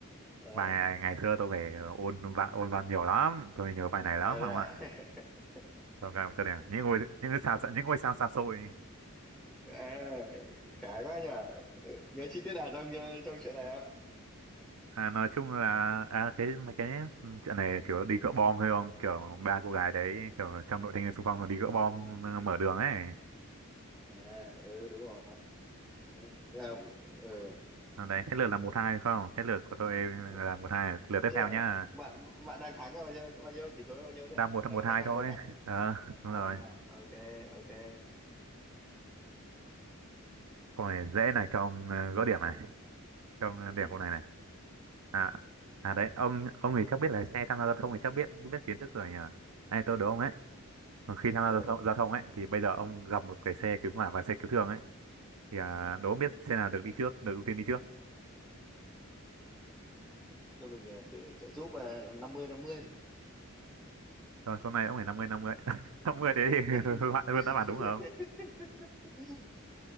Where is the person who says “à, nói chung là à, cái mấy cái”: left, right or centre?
Right